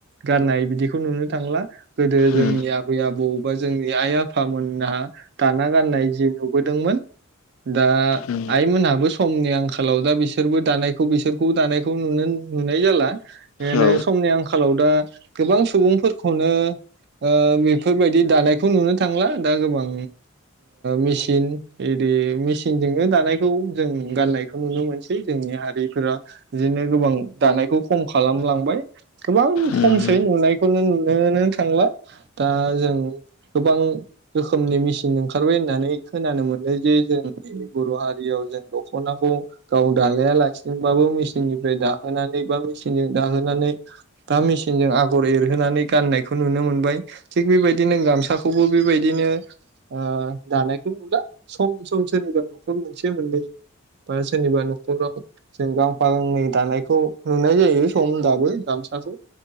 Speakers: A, on the right (about 50°); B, on the left (about 70°).
A: गारनाय बिदिखौ नुनो थांला। गोदो जोंनि
B: उम
A: आबै आबौबा जोंनि आइ आफा फामोनहा दाना गान्नाय जि नुबोदोंमोन दा
B: उम
A: आइ मोनहाबो समनि आंखालाव दा बिसो सोरबो दानायखौ बिसोरखौबो दानायखौ नुनो नुनाय जाला। बेनो
B: औ
A: समनि आंखालाव दा गोबां सुबुंफोरखौनो ओ बेफोरबायदि दानायखौ नुनो थांला दा गोबां मेसिन इदि मेसिनजोंनो दानायखौ जों गाननायखौ नुनो मोनसै जोंनि हारिफोरा बिदिनो गोबां दानायखौ खम खालामलांबाय। गोबां
B: उम
A: खमसै नुनायखौनो नोनो थांला। दा जों गोबां रोखोमनि मेसिन ओंखारबाय होननानै खोनानो मोनो जे जोंनि बर' हारियाव जों दखनाखौ गाव दालायालासिनोबाबो मेसिननिफ्राय दाहोनानै बाबो मेसिनजों दाहोनानै बा मेसिनजों आगर एरहोनानै गाननायखौ नुनो मोनबाय थिग बेबायदिनो गामसाखौबो बेबायदिनो ओ दानायखौ नुला सम सम सोरनिबा नखर मोनसे मोननै बा सोरनिबा नखराव जों गांफा गांनै दानायखौ नुनाय जायो सम दाबो गामसाखौ